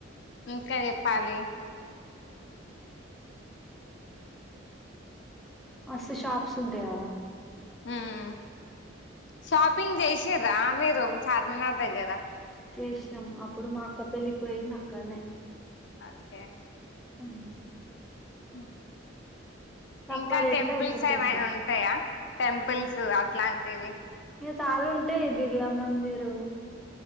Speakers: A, on the left; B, in the centre.
A: ఇంకా చెప్పాలి
B: అస్స షాప్స్ ఉంటాయి అడా
A: మ్ షాపింగ్ చేసారా మీరు చార్మినార్ దగ్గరా
B: చేసినాం అప్పుడు మా అక్క పెళ్ళిపోయినా అక్కనే
A: ఓకే
B: ఆ
A: ఆ
B: తక్కువ
A: ఇంకా
B: రేట్లో
A: టెంపుల్స్
B: అయిపోచ్చేసి
A: ఏమైనా ఉంటాయా టెంపుల్స్ ఇట్లాంటివి
B: ఇకా చాలు ఉంటాయి బిర్లా మందిరు